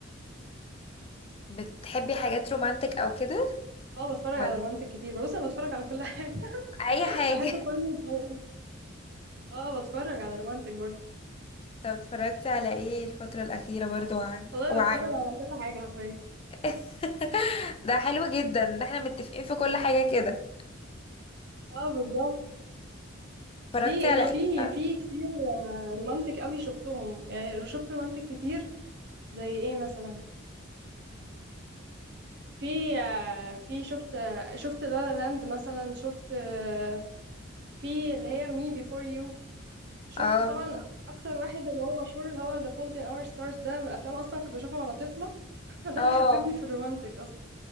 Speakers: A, on the left; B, on the right.
A: بتحبي حاجات رومانتك او كده
B: اه بتفرج
A: ولا
B: على رومانتك كتير بص انا بتفرج على كل حاجة <laughs>
A: اي حاجه
B: بحب كل
A: <laughs>
B: طيب اه بتفرج على رومانتك برضه
A: طب اتفرجتي على ايه الفتره الاخيره برضو وع-
B: والله
A: وعجب
B: بتفرج على كل حاجة حرفيا
A: <laughs> ده حلو جدا ان احنا متفقين في كل حاجه كده
B: اه بالظبط
A: اتفرجتي
B: في ايه
A: على
B: في
A: ايه بقى؟
B: في كتير آه، رومانتك قوي شفتهم يعني شفت رومانتك كتير زي ايه مثلا في آه، في شفت آه، شفت لا لا لاند مثلا شفت آه، في اللي هي مي بيفور يو شفت
A: اه
B: طبعا
A: مين
B: اكتر واحد اللي هو مشهور اللي هو The Fault in Our Stars ده من الافلام اصلا كنت بشوفها وانا طفلة <laughs> ده
A: اه
B: اللي حببني في الرومانتك اصلا